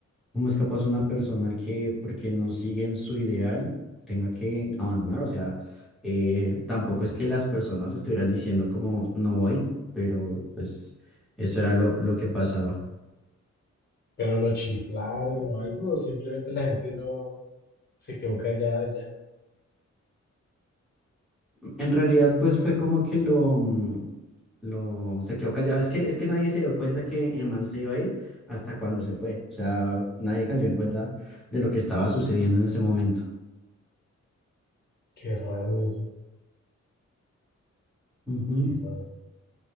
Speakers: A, in the centre; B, on the left (about 35°).
A: cómo es capaz una persona que porque no sigue en su ideal tenga que abandonar, o sea, eh, tampoco es que las personas estuvieran diciendo como no voy, pero pues eso era lo, lo que pasaba.
B: Pero lo chiflaron o algo, o simplemente la gente no se quedó callada ya.
A: En realidad, pues fue como que lo, mm, lo, se quedó callado, es que, es que nadie se dio cuenta que el man se iba a ir hasta cuando se fue, o sea, nadie cayó en cuenta de lo que estaba sucediendo en ese momento.
B: Qué raro eso,
A: Ujú.
B: qué raro.